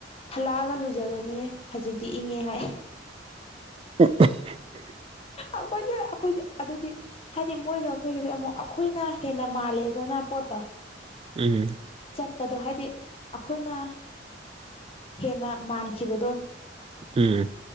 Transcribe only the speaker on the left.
ꯍꯜꯂꯛꯑꯒ ꯂꯨꯖꯒꯅꯤ ꯍꯧꯖꯤꯛꯇꯤ ꯏꯪꯉꯦ ꯍꯥꯏ
ꯑꯈꯣꯏꯁꯦ ꯑꯈꯣꯏꯁꯦ ꯑꯗꯨꯗꯤ ꯍꯥꯏꯗꯤ ꯃꯣꯏꯒ ꯑꯈꯣꯏꯒꯤꯗꯤ ꯑꯃꯨꯛ ꯑꯈꯣꯏꯅ ꯍꯦꯟꯅ ꯃꯥꯜꯂꯦꯗꯅ ꯄꯣꯠꯇꯣ
ꯆꯠꯄꯗꯣ ꯍꯥꯏꯗꯤ ꯑꯈꯣꯏꯅ ꯍꯦꯟꯅ ꯃꯥꯟꯈꯤꯕꯗꯣ